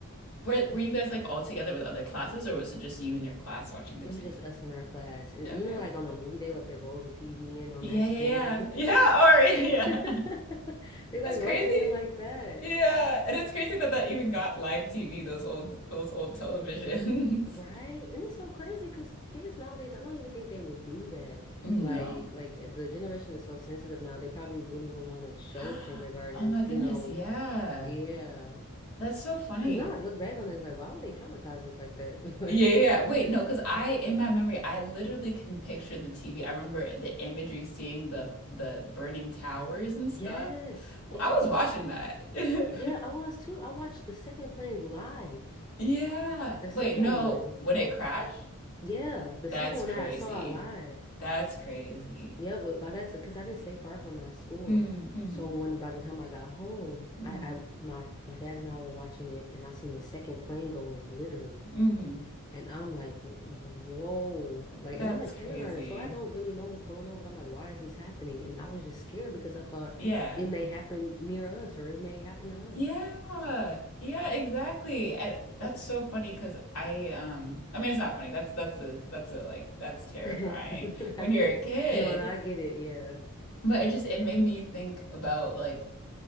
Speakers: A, on the left; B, on the left.
A: were were you guys like all together with other classes, or was it just you and your class watching the
B: It
A: TV?
B: was just us in our class. And,
A: Okay.
B: You know, like on a movie day, like they roll the TV in on
A: Yeah,
B: that
A: yeah,
B: stand.
A: yeah, yeah. Or <laughs> yeah,
B: <laughs> They like
A: it's crazy.
B: rolled it in like that.
A: Yeah, and it's crazy that that even got live TV. Those old those old televisions.
B: Right?
A: <laughs>
B: And it's so crazy because kids nowadays, I don't even think they would do that.
A: No.
B: Like, like eh, the generation is so sensitive now, they probably wouldn't even want to show
A: <gasps>
B: kindergartners,
A: Oh my goodness,
B: you know,
A: yeah.
B: yeah.
A: That's so funny.
B: Because now I look back on it it's like, why would they traumatize us like that? <laughs> But
A: Yeah, yeah. yeah. Wait, no, because I in my memory, I literally can picture the TV. I remember the imagery, seeing the the burning towers and
B: yes,
A: stuff.
B: yes.
A: Well, I was watching that. <laughs>
B: Yeah, I was too. I watched the second playing live.
A: Yeah.
B: The
A: Wait,
B: second
A: no,
B: one.
A: when it crashed?
B: Yeah, the
A: That's
B: second one
A: crazy.
B: I saw live.
A: That's crazy.
B: Yeah, but by that, because I didn't stay far from my school,
A: Mm, mm-hmm,
B: so when by the time I got home,
A: mm-hmm,
B: I, I my my dad and I were watching it, and I seen the second plane go in, literally,
A: mm-hmm.
B: and I'm like, whoa, like,
A: That's
B: and I'm in
A: crazy.
B: kindergarten, so I don't really know what's going on, but I'm like, why is this happening? And I was just scared because I thought
A: Yeah.
B: it may happen near us or it may happen to
A: Yeah,
B: us.
A: yeah, exactly. And that's so funny because I um I mean it's not funny. That's that's a that's a like that's terrifying
B: <laughs> I
A: when you're
B: get,
A: a kid.
B: no, no, I get it. Yeah,
A: But it just it made me think about like